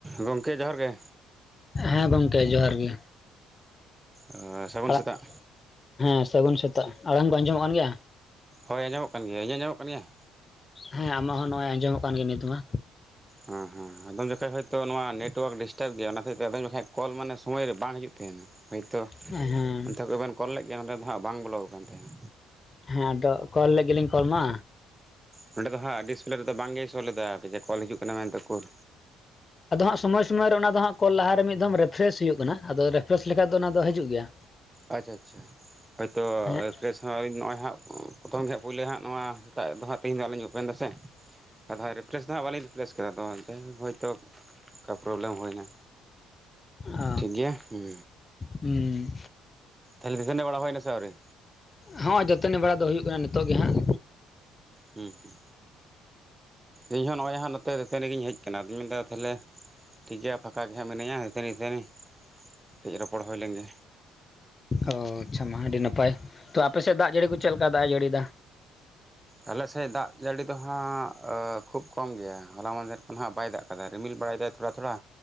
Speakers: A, on the right; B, on the left.
A: ᱜᱚᱝᱠᱮ ᱡᱚᱦᱟᱨ ᱜᱮ᱾
B: ᱦᱮᱸ ᱜᱚᱝᱠᱮ ᱡᱚᱦᱟᱨ ᱜᱮ᱾
A: ᱮ ᱥᱟᱹᱜᱩᱱ
B: ᱟᱲᱟᱜ
A: ᱥᱮᱛᱟᱜ᱾
B: ᱦᱮᱸ ᱥᱟᱹᱜᱩᱱ ᱥᱮᱛᱟᱜ, ᱟᱲᱟᱝ ᱫᱚ ᱟᱸᱡᱚᱢᱚᱜ ᱠᱟᱱ ᱜᱮᱭᱟ?
A: ᱦᱳᱭ ᱟᱸᱡᱚᱢ ᱠᱟᱱ ᱜᱮᱭᱟ, ᱤᱧᱟᱹᱜ ᱟᱸᱡᱚᱢᱚᱜ ᱠᱟᱱ ᱜᱮᱭᱟ?
B: ᱦᱮᱸ, ᱟᱢᱟᱜ ᱦᱚᱸ ᱱᱚᱜᱼᱚᱭ ᱟᱸᱡᱚᱢᱚᱜ ᱠᱟᱱ ᱜᱮᱭᱟ ᱱᱤᱛ ᱢᱟ᱾
A: ᱦᱮᱸ ᱦᱮᱸ, ᱟᱫᱚᱢ ᱡᱚᱠᱷᱚᱡ ᱦᱚᱭᱛᱳ ᱱᱚᱣᱟ ᱱᱮᱴᱳᱣᱟᱨᱠ ᱰᱤᱥᱴᱟᱵ ᱜᱮᱭᱟ, ᱚᱱᱟ ᱦᱚᱛᱮᱡ ᱛᱮ ᱟᱫᱚᱢ ᱡᱚᱠᱷᱟᱡ ᱠᱚᱞ ᱢᱟᱱᱮ ᱥᱚᱢᱚᱭ ᱨᱮ ᱵᱟᱝ ᱦᱤᱡᱩᱜ ᱛᱟᱦᱮᱱᱟ, ᱦᱚᱭᱛᱳ
B: ᱦᱮᱸ
A: ᱚᱱᱛᱮ ᱠᱷᱚᱡ ᱜᱮ ᱵᱮᱱ ᱠᱚᱞ ᱞᱮᱫ ᱜᱮᱭᱟ, ᱱᱚᱸᱰᱮ ᱫᱚ ᱦᱟᱸᱜ ᱵᱟᱝ ᱵᱚᱞᱚ ᱠᱟᱱ ᱛᱟᱦᱮᱱᱟ᱾
B: ᱦᱮᱸ ᱟᱫᱚ ᱠᱚᱞ ᱞᱮᱜ ᱜᱮᱞᱤᱧ ᱠᱚᱞ ᱢᱟ᱾
A: ᱱᱚᱸᱰᱮ ᱫᱚ ᱦᱟᱸᱜ ᱰᱤᱥᱯᱞᱮ ᱨᱮᱫᱚ ᱵᱟᱝᱜᱮᱭ ᱥᱳ ᱞᱮᱫᱟ, ᱡᱮ ᱠᱚᱞ ᱦᱤᱡᱩᱜ ᱠᱟᱱᱟ ᱢᱮᱱᱛᱮ ᱩᱠᱩᱨ?
B: ᱟᱫᱚ ᱦᱟᱸᱜ ᱥᱚᱢᱚᱭ ᱥᱚᱢᱚᱭ ᱨᱮ ᱚᱱᱟ ᱫᱚ ᱦᱟᱸᱜ ᱠᱚᱞ ᱞᱟᱦᱟ ᱢᱤᱫ ᱫᱷᱚᱢ ᱨᱮᱯᱷᱨᱮᱥ ᱦᱩᱭᱩᱜ ᱠᱟᱱᱟ ᱟᱫᱚ ᱨᱮᱯᱷᱨᱮᱥ ᱞᱮᱠᱷᱟᱡ ᱫᱚ ᱚᱱᱟ ᱫᱚ ᱦᱤᱡᱩᱜ ᱜᱮᱭᱟ᱾
A: ᱟᱪᱪᱷᱟ ᱟᱪᱪᱷᱟ, ᱦᱚᱭᱛᱚ
B: ᱦᱮᱸ
A: ᱨᱮᱯᱷᱮᱥ ᱦᱚᱸ ᱟᱞᱤᱧ ᱱᱚᱜᱼᱚᱭ ᱦᱟᱸᱜ ᱯᱨᱚᱛᱷᱚᱢ ᱜᱮ ᱦᱟᱸᱜ ᱯᱳᱭᱞᱳ ᱦᱟᱸᱜ ᱱᱚᱣᱟ ᱥᱮᱛᱟᱜ ᱫᱚ ᱦᱟᱸᱜ ᱛᱮᱦᱮᱧ ᱫᱚ ᱦᱟᱸᱜ ᱞᱤᱧ ᱳᱯᱮᱱ ᱫᱟ ᱥᱮ᱾ ᱟᱫᱚ ᱦᱟᱸᱜ ᱨᱤᱯᱮᱨᱮᱥ ᱫᱚ ᱱᱟᱜ ᱵᱟᱹᱞᱤᱧ ᱨᱤᱯᱮᱨᱮᱥ ᱠᱟᱫᱟ ᱛᱚ ᱮᱱᱛᱮ ᱦᱳᱭᱛᱳ ᱚᱱᱠᱟ ᱯᱨᱚᱵᱞᱮᱢ ᱦᱩᱭ ᱮᱱᱟ,
B: ᱚ
A: ᱴᱷᱤᱠ ᱜᱮᱭᱟ ᱦᱩᱸ᱾
B: ᱦᱩᱸ᱾
A: ᱛᱟᱞᱦᱮ ᱫᱟᱹᱛᱟᱹᱱᱤ ᱵᱟᱲᱟ ᱦᱳᱭᱱᱟ ᱥᱮ ᱟᱹᱣᱨᱤ?
B: ᱦᱚᱸ ᱫᱟᱹᱛᱟᱹᱱᱤ ᱵᱟᱲᱟ ᱫᱚ ᱦᱩᱭᱩᱜ ᱠᱟᱱᱟ ᱱᱤᱛᱚᱜ ᱜᱮ ᱦᱟᱸᱜ᱾
A: ᱦᱩᱸ ᱦᱩᱸ, ᱤᱧ ᱦᱚᱸ ᱱᱚᱜᱼᱚᱭ ᱦᱟᱸᱜ ᱱᱚᱛᱮ ᱫᱟᱹᱛᱟᱹᱱᱤ ᱜᱤᱧ ᱦᱮᱡ ᱠᱟᱱᱟ ᱟᱫᱩᱧ ᱢᱮᱱᱫᱟ ᱛᱟᱦᱞᱮ ᱴᱷᱤᱠ ᱜᱮᱭᱟ ᱯᱷᱟᱸᱠᱟ ᱜᱮ ᱦᱟᱸᱜ ᱢᱤᱱᱟᱹᱧᱟ, ᱫᱟᱹᱛᱟᱹᱱᱤ ᱫᱟᱹᱛᱟᱹᱱᱤ ᱠᱟᱹᱴᱤᱡ ᱨᱚᱯᱚᱲ ᱦᱩᱭ ᱞᱮᱱ ᱜᱮ᱾
B: ᱚᱻ ᱟᱪᱪᱷᱟ ᱢᱟ, ᱟᱹᱰᱤ ᱱᱟᱯᱟᱭ ᱛᱚ ᱟᱯᱮ ᱥᱮᱫ ᱫᱟᱜ ᱡᱟᱹᱲᱤ ᱠᱚ ᱪᱮᱫ ᱞᱮᱠᱟ ᱫᱟᱜ-ᱮ ᱡᱟᱹᱲᱤᱭᱮᱫᱟ?
A: ᱟᱞᱮ ᱥᱮᱫ ᱫᱟᱜ ᱡᱟᱹᱲᱤ ᱫᱚ ᱦᱟᱸᱜ ᱠᱷᱩᱵ ᱠᱚᱢ ᱜᱮᱭᱟ, ᱦᱚᱞᱟ ᱢᱟᱸᱦᱫᱮᱨ ᱠᱷᱚᱱ ᱦᱟᱸᱜ ᱵᱟᱭ ᱫᱟᱜ ᱠᱟᱫᱟ, ᱨᱤᱢᱤᱞ ᱵᱟᱲᱟᱭ ᱫᱟᱭ ᱛᱷᱚᱲᱟ ᱛᱷᱚᱲᱟ